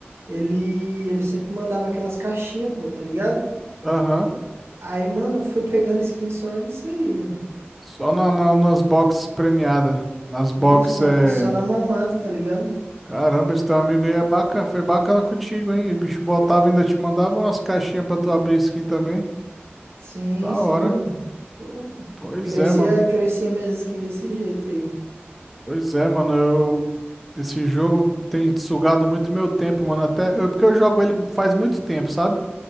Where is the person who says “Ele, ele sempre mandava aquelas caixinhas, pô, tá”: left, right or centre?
Right